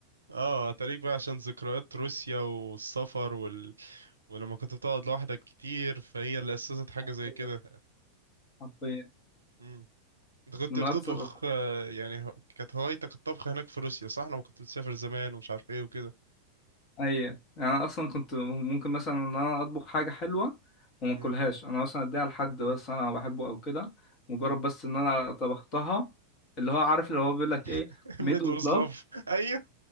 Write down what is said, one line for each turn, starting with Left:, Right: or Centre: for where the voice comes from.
Right: اه هتاريك بقى عشان ذكريات روسيا والسفر وال... ولما كنت بتقعد لوحدك كتير فهي اللي اسست حاجه
Left: حرفيا
Right: زي كده
Left: حرفياً.
Right: مم. انت كنت
Left: من
Right: بتطبخ
Left: أكثر الحاجات
Right: آه، يعني هو- كانت هوايتك الطبخ هناك في روسيا صح لما كنت بتسافر زمان ومش عارف ايه وكده
Left: اي انا اصلا كنت ممكن مثلا ان انا اطبخ حاجه حلوه وما اكلهاش
Right: مم.
Left: انا مثلا اديها لحد بس انا بحبه او كده مجرد
Right: مم.
Left: بس ان انا طبختها اللي هو عارف اللي هو بيقول لك ايه
Right: <laughs>
Left: ميد
Right: ميد
Left: اوف
Right: واز
Left: لاف
Right: لاف ايوه